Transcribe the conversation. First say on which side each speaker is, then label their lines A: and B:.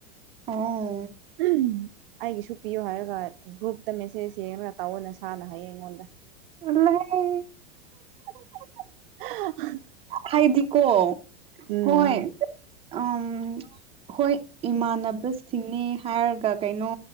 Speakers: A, on the right; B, on the right.
A: ꯑꯣ
B: ꯎꯝ ꯑꯩꯒꯤꯁꯨ ꯄꯤꯌꯣ ꯍꯥꯏꯔꯒ ꯒ꯭ꯔꯨꯞꯇ ꯃꯦꯁꯦꯖ ꯌꯦꯡꯉꯒ ꯇꯧꯋꯣ ꯅꯁꯥꯅ ꯍꯥꯏꯌꯦ ꯑꯩꯉꯣꯟꯗ
A: ꯇꯜꯂꯦꯍꯦ
B: <inaudible>
A: ꯍꯥꯏꯗꯤꯀꯣ
B: ꯎꯝ
A: ꯍꯣꯏ ꯎꯝ ꯍꯣꯏ ꯏꯃꯥꯟꯅ ꯕꯤꯁꯤꯡꯅꯦ ꯍꯥꯏꯔꯒ ꯀꯩꯅꯣ